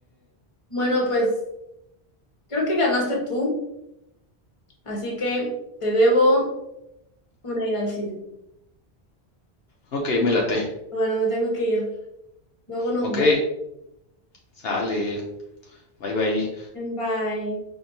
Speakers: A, on the left (about 30°); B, on the left (about 70°).
A: Bueno, pues creo que ganaste tú, así que te debo una ida al cine.
B: Ok, me late.
A: Bueno, me tengo que ir. Luego nos
B: Ok,
A: vemos.
B: sale. Bye bye.
A: Bye.